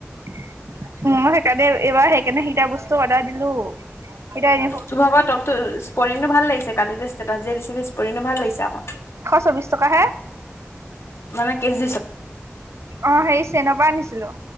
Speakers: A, on the right (about 80°); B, on the left (about 70°).
A: ই সেইকাৰণে এইবাৰ সেইকাৰণে সেইটা বস্তু অৰ্ডাৰ দিলো। এতিয়া এনে
B: তুভাগৰ টপতো স্পৰিংটো ভাল লাগিছে, কালি যে ষ্টেটাচ যে দি স্পৰিংটো ভাল লাগিছে আকৌ।
A: চলবিশ টকা হে,
B: মানে কেচ
A: অ', হেৰি চেনৰ পৰা আনিছিলো।